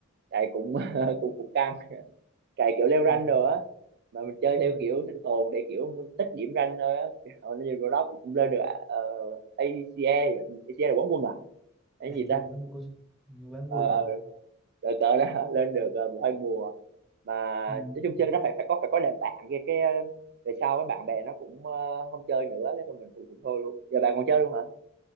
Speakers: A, on the right; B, in the centre.
A: cày cũng <laughs> cũng cũng căng cày kiểu leo rank
B: ừ,
A: rồi á mà mình chơi
B: đúng
A: theo
B: rồi
A: kiểu sinh tồn để kiểu mình tích điểm rank thôi á Hồi nó nhìn vào đó cũng cũng lên được uh, ACE ACE là quán quân à cái
B: đạt
A: gì
B: thì
A: ta
B: bán quân nhiều bán
A: Ờ,
B: quân
A: ờ, rồi tớ đã <laughs> lên được ờ, một hai mùa mà
B: ừ.
A: nói chung chơi nó phải phải có phải có đàn bạn kia cái ờ, về sau cái bạn bè nó cũng ờ, không chơi nữa cái thôi mình cũng cũng thôi luôn giờ bạn còn chơi luôn hả